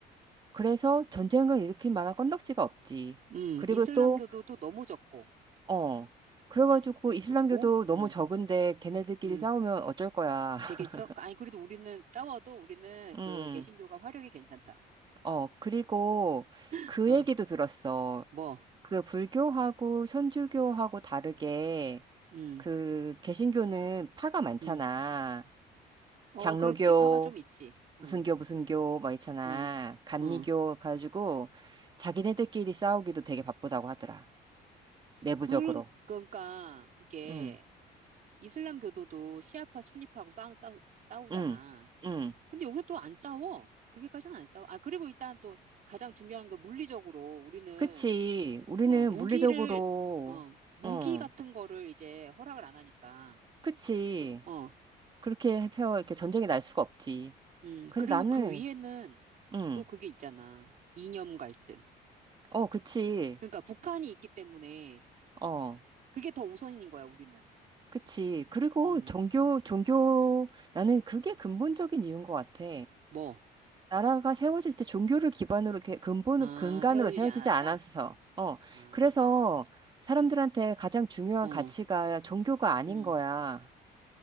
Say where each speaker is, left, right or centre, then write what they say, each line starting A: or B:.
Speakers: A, on the right (about 25°); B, on the right (about 50°).
A: 그래서 전쟁을 일으킨 만한 건덕지가 없지.
B: 응.
A: 그리고
B: 이슬람교도
A: 또,
B: 또 너무 적고,
A: 어, 그래가지고
B: 너무
A: 이슬람교도
B: 적고,
A: 너무
B: 응,
A: 적은데 걔네들끼리
B: 응.
A: 싸우면 어쩔 거야. <laughs>
B: 되겠어? 아니, 그래도 우리는 따워도 우리는
A: 음,
B: 그 개신교가 화력이 괜찮다.
A: 어, 그리고
B: <laughs>
A: 그
B: 어,
A: 얘기도 들었어.
B: 뭐,
A: 그 불교하고 천주교하고 다르게
B: 응,
A: 그 개신교는 파가 많잖아.
B: 응. 어,
A: 장로교,
B: 그렇지. 파가 좀 있지.
A: 무슨
B: 응,
A: 교 무슨 교 막 있잖아.
B: 응,
A: 감리교
B: 응.
A: 가지고 자기네들끼리 싸우기도 되게 바쁘다고 하더라. 내부적으로.
B: 그, 그러니까 그게
A: 응.
B: 이슬람교도도 시아파, 순위파하고 싸, 싸, 싸우잖아.
A: 응. 응.
B: 근데 여기서 또 안 싸워. 그렇게까지는 안 싸워. 아, 그리고 일단 또 가장 중요한 건 물리적으로 우리는,
A: 그치. 우리는
B: 어, 무기를,
A: 물리적으로
B: 어, 무기
A: 응.
B: 같은 거를 이제 허락을 안 하니까.
A: 그치.
B: 그럼, 어,
A: 그렇게 해서 이렇게 전쟁이 날 수가 없지.
B: 음,
A: 근데
B: 그리고
A: 나는
B: 그 위에는
A: 응.
B: 또 그게 있잖아. 이념 갈등.
A: 어, 그치.
B: 그러니까 북한이 있기 때문에
A: 어.
B: 그게 더 우선인 거야, 우리는.
A: 그치. 그리고
B: 음,
A: 종교, 종교, 나는 그게 근본적인 이유인 것 같아.
B: 뭐.
A: 나라가 세워질 때 종교를 기반으로, 이렇게 근본,
B: 아,
A: 근간으로
B: 세워지지
A: 세워지지
B: 않았다.
A: 않아서. 어.
B: 아,
A: 그래서 사람들한테 가장 중요한
B: 어,
A: 가치가 종교가 아닌
B: 음,
A: 거야.